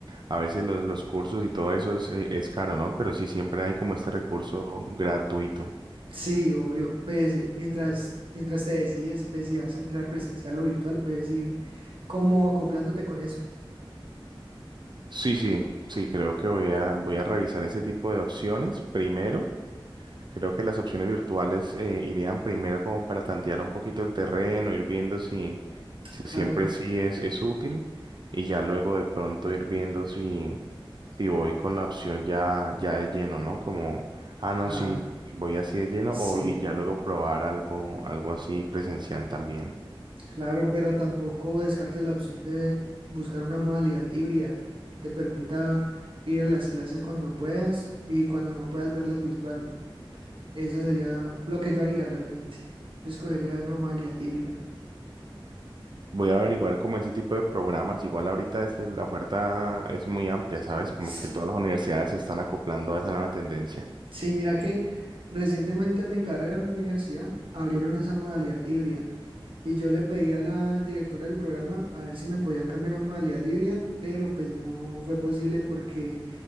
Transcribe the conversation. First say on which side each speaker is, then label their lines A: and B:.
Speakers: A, on the right; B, on the right.
A: a veces los, los cursos y todo eso es, eh, es caro, ¿no? Pero sí siempre hay como este recurso gratuito.
B: Sí, obvio, pues mientras, mientras te decides, pues si vas a entrar presencial o virtual, puedes ir como acoplándote con eso.
A: Sí, sí, sí, creo que voy a, voy a revisar ese tipo de opciones. Primero, creo que las opciones virtuales eh, irían primero como para tantear un poquito el terreno, ir viendo si, si
B: Claro,
A: siempre sí es, es útil y ya luego de pronto ir viendo si, si voy con la opción ya, ya de lleno, ¿no? Como, ah,
B: claro,
A: no, sí, voy así de lleno
B: sí,
A: o, y ya luego probar algo, algo así presencial también.
B: claro, pero tampoco descartes la opción de buscar una modalidad híbrida que te permita ir a las clases cuando puedas y cuando no puedas verlas virtual. Eso sería lo que yo haría realmente. Yo escogería una modalidad híbrida.
A: Voy a averiguar como ese tipo de programas. Igual ahorita es, el- la oferta es muy amplia, ¿sabes? Como
B: Sí.
A: que todas las universidades se están acoplando a esa nueva tendencia.
B: Sí, mira que recientemente en mi carrera, en mi universidad, abrieron esa modalidad híbrida y yo le pedí a la directora del programa a ver si me podía cambiar a modalidad híbrida, pero pues no fue posible porque